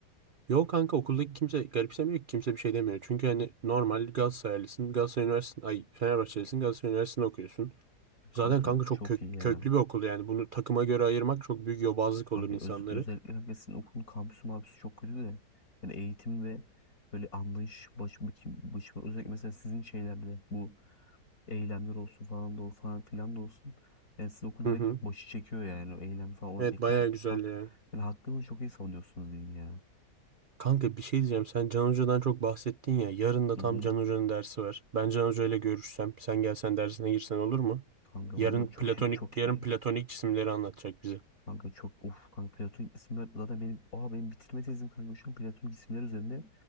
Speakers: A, on the right; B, on the left.
A: yo kanka okuldaki kimse garipsemiyor ki kimse bir şey demiyor. Çünkü hani normal Galatasaraylısın, Galatasaray Üniversitesi ay Fenerbahçelisin, Galatasaray Üniversitesi'nde okuyorsun.
B: Kanka
A: Zaten kanka çok
B: çok
A: kök-
B: iyi ya.
A: köklü bir okul yani bunu takıma göre ayırmak çok büyük yobazlık
B: Kanka
A: olur insanları.
B: öz, özellikle kanka sizin okulun kampüsü mabüsü çok kötü de. Yani eğitim ve böyle anlayış baş, baş, baş, özellikle mesela sizin şeylerde bu eylemler olsun falan da o falan filan da olsun. Yani siz okul
A: Hı
B: direkt
A: hı.
B: başı çekiyor yani o eylem falan. O,
A: Evet
B: yani, ke-
A: bayağı güzel
B: hak,
A: ya.
B: yani hakkınızı çok iyi savunuyorsunuz diyeyim ya.
A: Kanka bir şey diyeceğim. Sen Can Hoca'dan çok bahsettin ya. Yarın da
B: Hı
A: tam
B: hı.
A: Can Hoca'nın dersi var. Ben Can Hoca ile görüşsem, sen gelsen dersine girsen olur mu?
B: Kanka
A: Yarın
B: valla çok
A: platonik,
B: iyi çok iyi.
A: yarın platonik cisimleri anlatacak bize.
B: Kanka çok of kanka platonik isimler zaten benim oha benim bitirme tezim kanka şu an platonik isimler üzerinde.